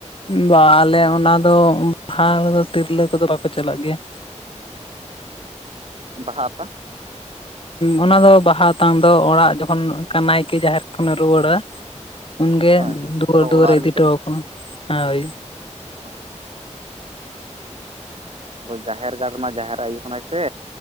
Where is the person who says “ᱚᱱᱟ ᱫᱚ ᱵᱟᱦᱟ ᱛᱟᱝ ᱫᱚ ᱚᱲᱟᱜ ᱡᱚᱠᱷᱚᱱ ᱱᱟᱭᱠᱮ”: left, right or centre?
Left